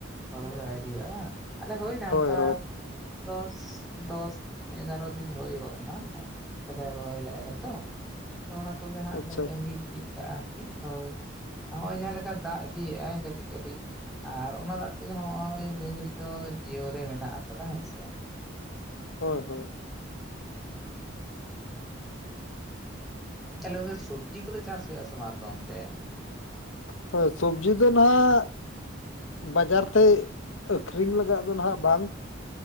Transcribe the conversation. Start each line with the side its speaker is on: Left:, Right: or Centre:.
Centre: ᱦᱩᱬᱩ ᱨᱚᱦᱚᱭ ᱟᱹᱣᱨᱤᱭᱟᱜᱼᱟ ᱵᱟᱝ ᱟᱞᱮ ᱦᱩᱭᱱᱟ
Left: ᱦᱳᱭ
Centre: ᱚᱱᱠᱟ
Left: ᱦᱳᱭ
Centre: ᱫᱚᱥ ᱫᱚᱥ ᱮᱜᱟᱨᱚ ᱫᱤᱱ ᱦᱩᱭ ᱜᱚᱜᱼᱱᱟ, ᱯᱟᱭ ᱨᱚᱦᱚᱭ ᱞᱮᱫᱼᱟ ᱞᱮ ᱛᱚ ᱚᱱᱟ ᱠᱚᱜᱮ ᱦᱟᱸᱜ
Left: ᱟᱪᱪᱷᱟ
Centre: ᱞᱮ ᱛᱟᱸᱜᱤ ᱴᱷᱤᱠ ᱠᱟᱜᱼᱟ ᱟᱨᱠᱤ ᱦᱳᱭ, ᱱᱚᱜᱚᱭ ᱡᱟᱦᱟᱸ ᱞᱮᱠᱟ ᱫᱟᱜ ᱤᱫᱤᱭᱮᱫᱼᱟᱭ ᱠᱟᱹ ᱠᱟᱹᱴᱤᱡ ᱠᱟᱹᱴᱤᱡ ᱟᱨ ᱚᱱᱟ ᱫᱟᱜ ᱛᱮᱜᱮ ᱱᱚᱜᱼᱚᱭ ᱱᱤᱭᱟᱹ ᱜᱷᱟᱹᱲᱤᱡ ᱫᱚ ᱡᱤᱭᱟᱣ ᱨᱮ ᱢᱮᱱᱟᱜ ᱟᱠᱟᱫᱟ ᱦᱮᱸᱥᱮ,
Left: ᱦᱳᱭ, ᱦᱳᱭ,
Centre: ᱛᱟᱦᱚᱞᱮ ᱜᱚᱝᱠᱮ ᱥᱚᱵᱽᱡᱤ ᱠᱚᱫᱚ ᱪᱟᱥ ᱦᱩᱭᱩᱜ ᱟᱥᱮ ᱵᱟᱝ ᱟᱯᱮ ᱚᱱᱛᱮ?
Left: ᱦᱳᱭ ᱥᱚᱵᱽᱡᱤ ᱫᱚ ᱱᱟᱦᱟᱜ ᱵᱟᱡᱟᱨ ᱛᱮ ᱟᱹᱠᱷᱨᱤᱧ ᱞᱟᱜᱟᱜ ᱫᱚ ᱱᱟᱦᱟᱜ ᱵᱟᱝ